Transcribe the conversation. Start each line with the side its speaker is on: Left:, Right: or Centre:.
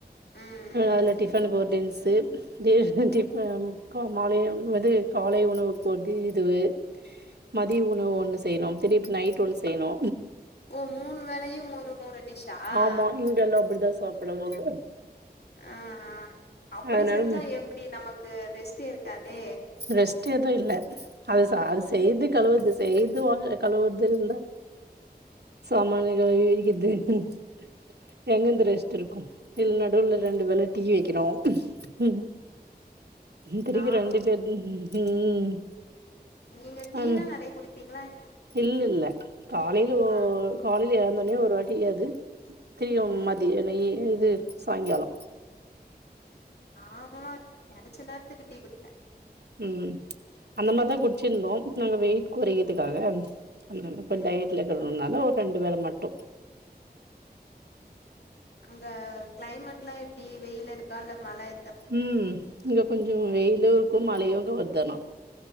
Left: ம் ம்
Right: அதுல டிஃப்னுக்கு ஒரு டென்சு ஆம் கா மாலையம் வந்து காலை உணவு போட்டு இதுவு மதிய உணவு ஒன்னு செயினும் திரிப் நைட் ஒன்னு செயினு
Left: ஓ மூணு வேலையு மூணு மூணு டிஷ்ஷா
Right: ஆமா இங்கெல்லா அப்டிதா சாப்புடவாங்க
Left: ஆ ஆ அப்டி
Right: அதுனால
Left: செஞ்சா எப்டி நமக்கு ரெஸ்ட்டே இருக்காதே
Right: ரெஸ்ட் எது இல்ல அது சா செய்து கழுவற்து செய்து வாங்க கழுவற்துன் இந்தா சாமானு கழிவி வக்கிற்து ம் எங்கெந்து ரெஸ்ட் இரு க்கு இல் நடுவுல ரெண்டு வேல டீ வெக்கணு ம் இத்தினிக்கு
Left: நானு
Right: ரெண்டு
Left: அப்டி.
Right: பேரு ம்
Left: நீங்க டீனா
Right: அ
Left: நெறைய குடிப்பீங்களா என்ன
Right: இல்லெல்ல காலைல ஓ
Left: ஆ
Right: காலைல ஏந்தோ னயு ஒரு வாட்டி யாது திரியு
Left: ம்
Right: மதியான ஏந்து சாய்ங்காலொ
Left: நார்மலா நெனச்ச நேரத்துக்கு டீ குடிப்பே
Right: ம் அந்த மார்தா குட்ச்சிந்தோ நாங்க வெயிட் கொறைகிறதுக்காக அதுனால இப்ப
Left: ம்
Right: டயட்லக்குறனால ஒ ரெண்டு வேல மட்டு
Left: அங்க க்ளைமேட்லா எப்டி வெயில இருக்கா இல்ல மழ இரு
Right: ஹும் இங்க கொஞ்சொ வெயிலு க்கு மழையுக்கு வர்தனா